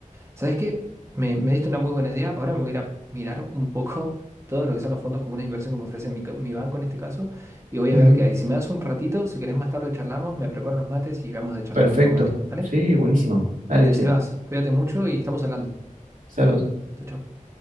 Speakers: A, on the right; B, on the right.
A: ¿Sabes qué? Me, me diste una muy buena idea. Ahora me voy a ir a mirar un poco <laughs> todos lo que son los fondos comunes de inversión que me ofrece mi, ca- mi banco en este caso. Y voy a
B: ujú,
A: ver qué hay. Si me das un ratito, si querés más tarde charlamos, me preparo unos mates y vamos a charlar
B: perfecto,
A: en otro momento. ¿Dale?
B: sí, buenísimo, dale,
A: Dale,
B: che,
A: Sebas. Cuídate mucho y estamos hablando.
B: saludos.
A: Chao, chao.